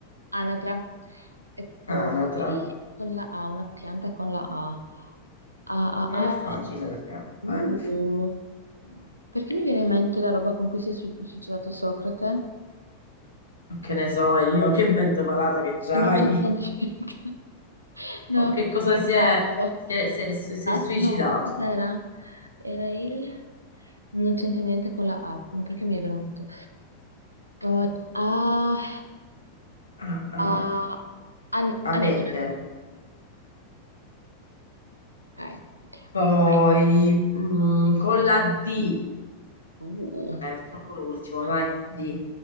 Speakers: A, on the right; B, on the left.
A: anatra. E poi
B: Anatra.
A: con la A, una pianta con la A. A, A,
B: Non è facile
A: A.
B: la pianta,
A: Uh,
B: eh.
A: perché mi viene in mente la roba con cui si è su- suicidato Socrate?
B: Che ne so io, che mente malata che c'hai.
A: Che non c'entra niente. <laughs>
B: Con
A: No,
B: che
A: perché
B: cosa
A: quello
B: si
A: è il tasso.
B: è, si è- si è- si
A: Tas-
B: è suicidato?
A: no, cos'era? Era il... Non c'entra niente con la app, ma perché mi è venuto? Uh, ah,
B: Ah, ah.
A: ah, an-
B: Abete.
A: anemone. Ok.
B: Poi,
A: Vai.
B: mm, con la D.
A: Uh,
B: Dai, facciamo l'ultimo, dai, di